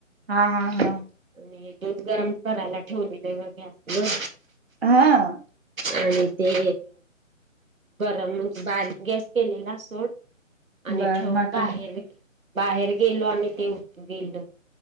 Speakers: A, on the right; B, on the right.
A: हा हा हा.
B: आणि दूध गरम करायला ठेवले ज ग गॅस ब
A: हा
B: आणि ते. गरम म्हणजे बाारी गॅस केलेला सोड आणि
A: बर
B: ठेवून
A: मग
B: बाहेर
A: आता
B: बाहेर गेलो आणि ते उठ गेलो.